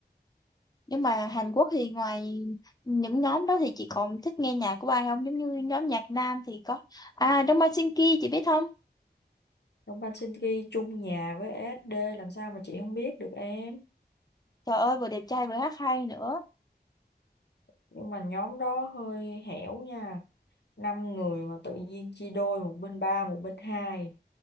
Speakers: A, on the left; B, on the left.
A: Nhưng mà Hàn Quốc thì ngoài những nhóm đó thì chị còn thích nghe nhạc của ai không? Giống như nhóm nhạc nam thì có à Đông Ban Shin Ki chị biết không?
B: Đông Ban Shinki chung nhà với SD làm sao mà chị không biết được em
A: Trời ơi vừa đẹp trai vừa hát hay nữa.
B: nhưng mà nhóm đó hơi hẻo nha năm người mà tự nhiên chia đôi một bên ba một bên hai